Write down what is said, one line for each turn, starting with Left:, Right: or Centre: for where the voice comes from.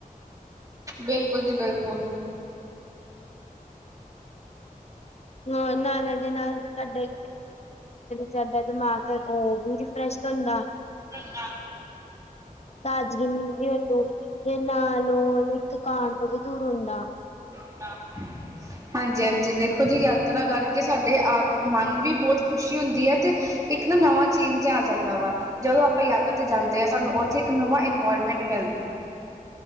Right: ਬਿਲਕੁਲ ਜੀ ਬਿਲਕੁਲ
Left: ਹਾਂ ਨਾਲੇ ਦੇ ਨਾਲ ਸਾਡੇ ਸਾਡਾ ਦਿਮਾਗ ਉਹ ਵੀ ਪ੍ਰਸ਼ਸ਼ਨ ਹੁੰਦਾ
Right: ਦਾ
Left: <inaudible> ਤਾਜਗੀ ਮਿਲਦੀ ਉਹਨੂੰ ਤੇ ਨਾਲ ਉਹਨੇ ਥਕਾਨ ਤੋਂ ਵੀ ਦੂਰ ਹੁੰਦਾ
Right: ਹਾਂ ਹਾਂਜੀ-ਹਾਂਜੀ। ਦੇਖੋ ਜੀ ਯਾਤਰਾ ਕਰਕੇ ਸਾਡੇ ਆ ਮਨ ਵੀ ਬੋਤ ਖੁਸ਼ੀ ਹੁੰਦੀ ਐ ਤੇ ਇੱਕ ਨਾ ਨਵਾਂ ਚੇਂਜ ਆ ਜਾਂਦਾ ਵਾ ਜਦੋਂ ਆਪਾਂ ਯਾਤਰਾ ਤੇ ਜਾਂਦੇ ਹਾਂ ਸਾਨੂੰ ਉੱਥੇ ਇੱਕ ਨਵਾਂ ਇਨਵਾਇਰਮੈਂਟ ਮਿਲਦਾ